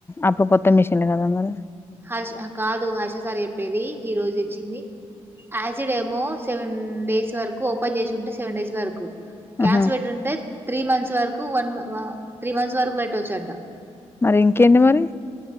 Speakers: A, on the left; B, on the right.
A: అప్పుడు కొత్త మిషిన్లు కదా మరి
B: హ కాదు హర్ష సార్ చెప్పేది ఈ రోజు ఇచ్చింది యాసిడ్ ఏమో సెవెన్ డేస్ వరకు ఓపెన్ చేసింటే సెవెన్ డేస్ వరకు క్యాబ్స్
A: ఆహా
B: పెట్టుంటే త్రీ మంత్స్ వరకు వన్ త్రీ మంత్స్ వరకు పెట్టవచ్చు అంట
A: మరి ఇంకేంది మరి